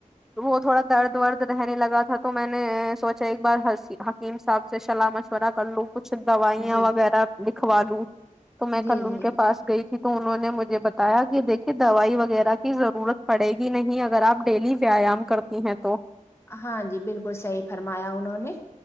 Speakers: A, in the centre; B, on the left (about 20°).
A: تو وہ تھوڑا درد ورد رہنے لگا تھا تو میں نے سوچا ایک بار حکیم صاحب سے سلاح مشورہ کر لوں کچھ دوائیاں
B: جی
A: وغیرہ لکھواو تو میں
B: جی
A: کل ان
B: جی
A: کے پاس گئی ت تو انہوں نے مجھے بتایا کہ دیکھیے دوائی وغیرہ کی ضرورت پڑے گی نہیں اگر آپ ڈیلی ویایام کرتی ہیں تو
B: ہاں جی بالکل صحیح فرمایا انہوں نے